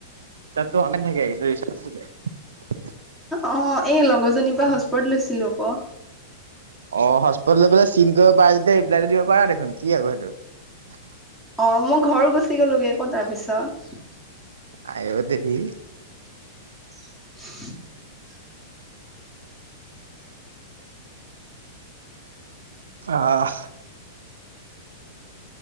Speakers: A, on the right; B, in the centre.
A: তো অম নাকেন্ত <unintelligible>
B: অ এই লগৰজনীৰ পৰা হস্পৰ্ট লৈছিলো ক।
A: অ হস্পট লৈ পেলাই চিন কৰিব পাৰা যেতিয়া ৰিপ্লাইটো দিব পাৰা দেখোন কি আকৌ সেইটো।
B: অ মই ঘৰ গুচি গ'লোগে আকৌ তাৰপিছত।
A: আঐ দেহি।
B: <unintelligible>
A: আহ।